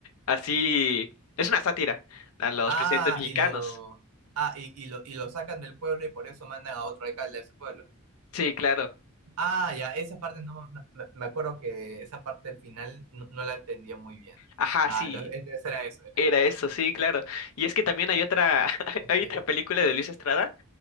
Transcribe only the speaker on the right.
Ah,
y lo, ah, y, y lo, y lo sacan del pueblo y por eso mandan a otro alcalde a ese pueblo.
Ah, ya, esa parte no me me- me acuerdo que esa parte del final no, no la entendía muy bien.
Ah,
entonces entonces era eso, era
eso.
Ok,